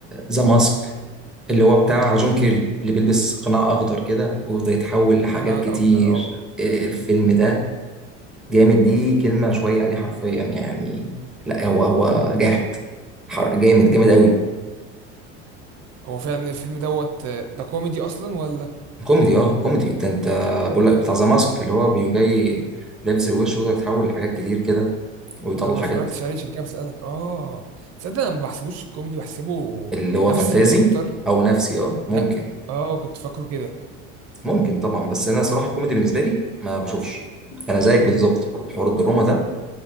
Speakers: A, in the centre; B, on the right.
A: ذا ماسك اللي هو بتاع جون كيري اللي بيلبس قناع أخضر كده ويفضل يتحول لحاجات
B: القناع
A: كتير
B: الاخضر اه
A: إيه، الفيلم ده
B: ايوه
A: جامد دي كلمة شوية عليه حرفيا يعني لا هو هو جاحد حر- جامد جامد قوي
B: هو فعلا الفيلم دوت ده كوميدي اصلا ولا
A: كوميدي اه كوميدي انت انت بقول لك بتاع ذا ماسك اللي هو بيقوم جاي لابس الوش ويقدر يتحول لحاجات كتير كده ويطلع
B: ما انا ما
A: حاجات
B: اتفرجتش عليه عشان كده بسألك اه تصدق انا ما بحسبوش كوميدي بحسبه
A: اللي هو
B: نفسي
A: فانتازي
B: اكتر
A: او نفسي اه ممكن
B: لا اه كنت فاكره كده
A: ممكن طبعا بس انا صراحة الكوميدي بالنسبة لي ما بشوفش انا زيك بالظبط برضه حوار الدراما ده